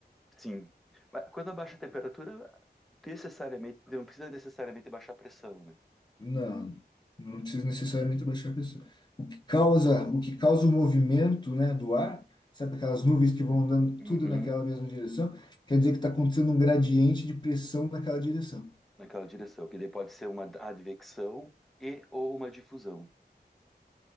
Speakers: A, in the centre; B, on the left (about 25°).
A: sim. Mas quando abaixa a temperatura, necessariamente, não precisa necessariamente baixar a pressão, né?
B: Não, não precisa necessariamente abaixar a pressão. O que causa, o que causa o movimento, né, do ar, sabe aquelas nuvens que vão andando
A: Uhum.
B: tudo naquela mesma direção? Quer dizer que está acontecendo um gradiente de pressão naquela direção.
A: Naquela direção, que daí pode ser uma advecção e ou uma difusão.